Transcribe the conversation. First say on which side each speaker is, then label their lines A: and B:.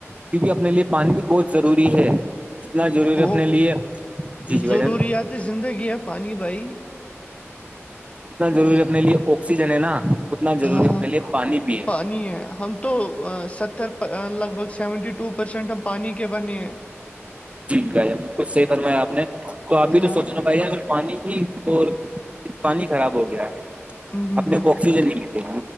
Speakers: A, on the right; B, on the left.
A: کیونکہ اپنے لیے پانی بھی بہت ضروری ہے جتنا ضروری
B: وہ
A: اپنے لیے جی جی بھائی
B: ضروریات
A: جان
B: زندگی ہے پانی بھائی
A: جتنا ضروری ہے اپنے لیے آکسیجن ہے نا اتنا ضروری
B: ہاں
A: اپنے
B: ہاں
A: لیے پانی بھی ہے
B: پانی ہے ہم تو ستر لگ بھگ سیونٹی ٹو پرسینٹ ہم پانی کے بنے ہیں
A: جی بھائی جان بالکل صحیح فرمایا آپ تو آپ بھی
B: ہاں
A: تو سوچنا بھائی جان پانی ہی اور پانی خراب ہو گیا ہے
B: ہوں ہوں
A: اپنے
B: ہوں
A: کو آکسیجن ہی